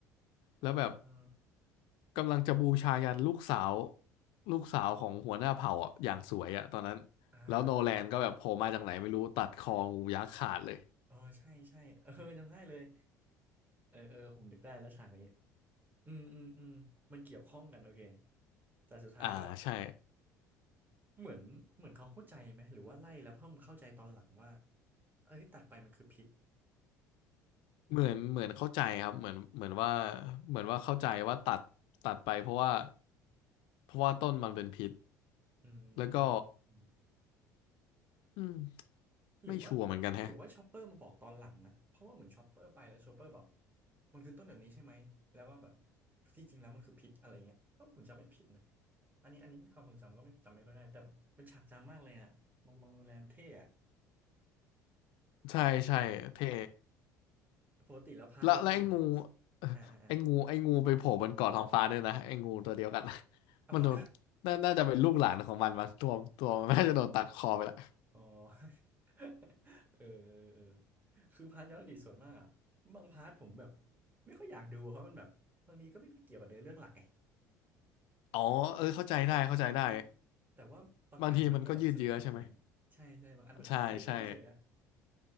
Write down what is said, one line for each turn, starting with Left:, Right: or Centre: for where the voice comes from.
Right: เออเออ
Left: แล้วแบบกำลังจะบูชายันลูกสาวลูกสาวของหัวหน้าเผ่าอ่ะอย่างสวยอ่ะตอนนั้น
Right: อ่าอ่าอ่า
Left: แล้วโนแลนก็แบบโผล่มาจากไหนไม่รู้ตัดคองูยักษ์ขาดเลย
Right: เออใช่ใช่เออจำได้เลยเออเออผมนึกได้แล้วฉากนี้อืมอืมอืมมันเกี่ยวข้องกันโอเคแต่สุดท้ายก็
Left: อ่าใช่
Right: เหมือนเหมือนเขาเข้าใจไหมหรือว่าไล่แล้วเพิ่มเข้าใจตอนหลังว่าเอ้ยตัดไปมันคือพิษ
Left: เหมือนเหมือนเข้าใจครับเหมือนเหมือนว่าเหมือนว่าเข้าใจว่าตัดตัดไปเพราะว่าเพราะว่าต้นมันเป็นพิษ
Right: อืม
Left: แล้วก็อืม
Right: หรือว่า
Left: ไม่ชัวร์เหมือนกันแฮะ
Right: หรือว่าชอปเปอร์มาบอกตอนหลังนะเพราะว่าเหมือนชอปเปอร์ไปแล้วชอปเปอร์แบบมันคือต้นแบบนี้ใช่ไหมแล้วว่าแบบที่จริงแล้วมันคือพิษอะไรเงี้ยก็ผมจำไม่ผิดนะอันนี้อันนี้ความทรงจำก็ไม่จำไม่ค่อยได้แต่เป็นฉากจำมากเลยอ่ะบองบองโรงแรมเท่อะ
Left: ใช่ใช่เท่
Right: เออปกติแล้วพาร์ทย้อนอดีตอ่ะ
Left: แล้วแล้วไอ้งู <laughs> เอ่อไอ้งูไอ้งูไปโผล่บนเกาะท้องฟ้าด้วยนะไอ้งูตัวเดียวกัน
Right: อ่าอ่าอ่า
Left: <laughs>
Right: เอาเหรอ
Left: มันโดนน่าน่าจะเป็นลูกหลานของมันมันตัวตัวมันน่าจะโดนตัดคอไปละ
Right: <laughs> อ๋อ <laughs> เออเออเออคือพาร์ทย้อนอดีตส่วนมากอะบางพาร์ทผมแบบไม่ค่อยอยากดูเพราะมันแบบบางทีก็ไม่ค่อยเกี่ยวกับเนื้อเรื่องหลักไง
Left: อ๋อเออเข้าใจได้เข้าใจได้
Right: อ่าอ่าแต่ว่าบางอันมันก็แบบสนุกจริงๆอ่ะใช่ใช่บางอันมันเอายืมมาเฉยๆอ่ะ
Left: บางทีมันก็ยืดเยื้อใช่ไหมใช่ใช่